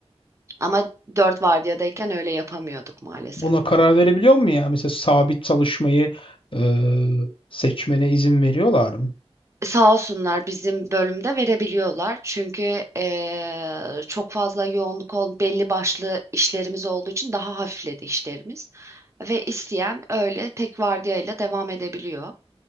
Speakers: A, on the right; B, on the left.
A: Ama dört vardiyadayken öyle yapamıyorduk maalesef.
B: buna karar verebiliyor mu ya? Mesela sabit çalışmayı e, seçmene izin veriyorlar mı?
A: Sağ olsunlar bizim bölümde verebiliyorlar. Çünkü eee, çok fazla yoğunluk ol, belli başlı işlerimiz olduğu için daha hafifledi işlerimiz. Ve isteyen öyle tek vardiyayla devam edebiliyor.